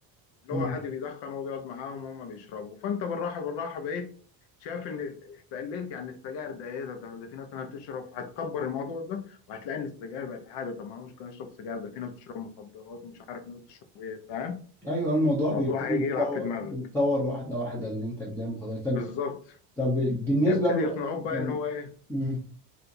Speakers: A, on the left; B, in the centre.
A: اللي
B: مم.
A: هو عادي بيدخن وهو بيقعد معاهم وهم بيشربوا فانت بالراحه بالراحه بقيت شايف ان استقليت يعني السجاير ده ايه ده ده ده في ناس انا بتشرب هتكبر الموضوع ده وهتلاقي ان السجاير بقت عاده طب ما انا مش كان اشرب سجاير ده في ناس بتشرب مخدرات ومش عارف ناس بتشرب ايه فاهم
B: ايوه الموضوع
A: الموضوع
B: بيبتدي
A: هيجي
B: يتطور
A: يلعب في دماغك
B: يتطور واحده واحده اللي انت قدامه خلاص طب
A: بالظبط
B: طب بالنسبه
A: هيبتدي
B: له
A: يقنعوك
B: بن-
A: بقى ان هو ايه
B: مم.